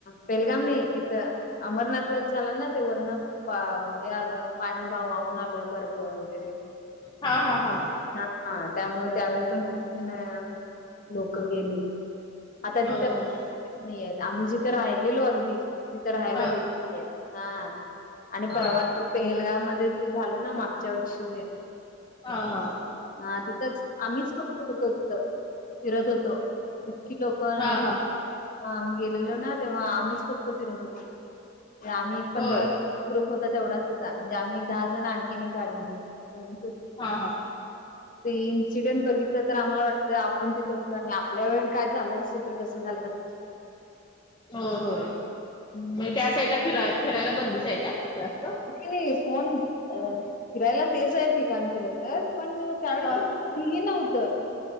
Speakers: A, on the left; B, on the left.
A: पेलगाम नाही तिथं अमरनाथलाच झाला ना ते वर्ण पा हे आलं पाणी भावहून आलं बर्फ वगैरे
B: हा हा हा
A: हा त्यामुळे त्यावेळी पण खूप जण लोक गेली आता
B: हो
A: तिथं नाही. आम्ही जिथं राहिलेलो अगदी तिथं राहायला
B: हा
A: देत हा आणि
B: हा
A: परवा ते पेहलगाव मध्ये जे झालं ना मागच्या वर्षी
B: हा ह
A: हा तिथंच आम्हीच फक्त होतो. तिथं फिरत होतो इतकी लोक नव्हती.
B: हा हा हा
A: आम्ही गेलेलो ना तेव्हा आम्हीच फक्त फिरत होतो. आम्ही एक पंधरा
B: होय
A: ग्रुप होता तेवढाच होता. म्हणजे आम्ही एक दहा जण आणखीन एक गाडी होती तेवढीच होती.
B: हा हा
A: ते इन्सिडेंट बघितलं तर आम्हाला वाटतं आपण तिथे होतो. आणि आपल्या वे काय झालं असतं तर कसं झालं असत
B: हो हो
A: हम्म
B: त्या साईडला फिराय फिरायला बंदीच आहे का? जास्त.
A: नाही कोण, फिरायला तेच आहे ठिकाण. खर तर पण त्यावेळी
B: हा
A: तर नव्हत